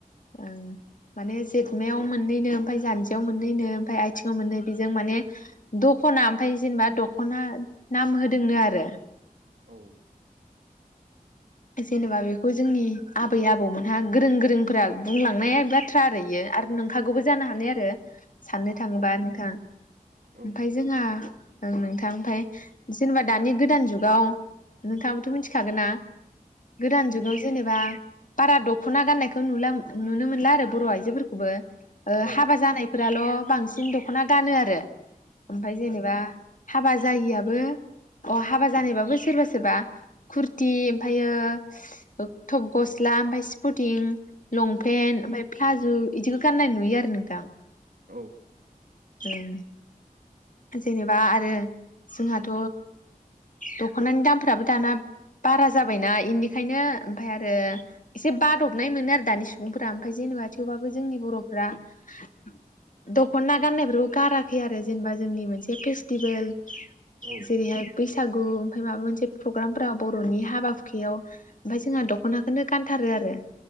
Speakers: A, on the left; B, on the right.
A: ओं माने जेतमायाव मोननैनो ओमफाय जानजियाव मोननैनो ओमफ्राय आथिङाव मोननै बेजों माने दख'ना आमफाय जेनेबा द खना नाम होदोंनो आरो।
B: औ।
A: जेनेबा बेखौ जोंनि आबै आबौमोनहा गोरों गोरोंफोरा बुंलांनाय बाथ्रा आरो इयो आरो नोंखागौबो जानो हानाय आरो। साननो थाङोबा नोंथां
B: औ
A: ओमफाय जोंहा ओं नोंथां ओमफाय जेनेबा दानि गोदान जुगाव नोंथाङाबोथ' मिथिखागोन ना? गोदान जुगाव जेनेबा बारा दख'ना गाननायखौ नुला नुनो मोनला आरो बर' आइजोफोरखौबो। ओ
B: औ
A: हाबा जानाय फोराल' बांसिन दख'ना गानो आरो। ओमफाय जेनेबा हाबा जायिआबो अ हाबा जानायबाबो सोरबा सोरबा खुरथि योग ओ टप गस्ला आमफाय स्पथिं लंपेन्थ आमफाय फ्लाज' इदिखौ गा गाननाय नुयो आरो नोंथां
B: औ
A: ओं जेनेबा आरो जोंहाथ' दख'नानि दामफ्राबो दाना बारा जाबायना इनिखायनो ओमफाय आरो एसे बादबनाय मोनो आरो दानि सुबुंफोरा ओमफाय जेनेबा थेवबाबो जोंनि बर'फ्रा <inaudible> दख'ना गाननायफोरखौ गाराख खै आरो जेनबा जोंनि मोनसे फेस्टिभोल
B: औ
A: जेरैहाय बैसागु गु ओमफाय माबा मोनसे प्रग्रामफोरााव बर'नि हाबा हुखायाव ओमफाय जोंहा दख'नाखोनो गानथारो आरो